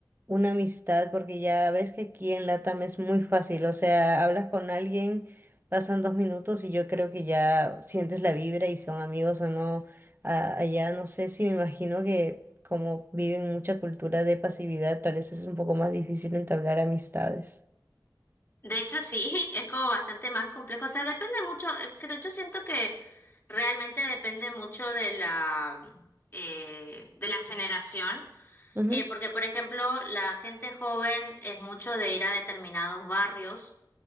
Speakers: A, on the right; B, on the left.
A: una amistad, porque ya ves que aquí en LATAM es muy fácil, o sea, hablas con alguien, pasan dos minutos y yo creo que ya sientes la vibra y son amigos o no. A- allá no sé si me imagino que como viven mucha cultura de pasividad, tal vez es un poco más difícil entablar amistades.
B: De hecho sí, <laughs> es como bastante más complejo. O sea, depende mucho, eh, creo, yo siento que realmente depende mucho de la eh, de la generación.
A: Ujú,
B: Eh, porque, por ejemplo, la gente joven es mucho de ir a determinados barrios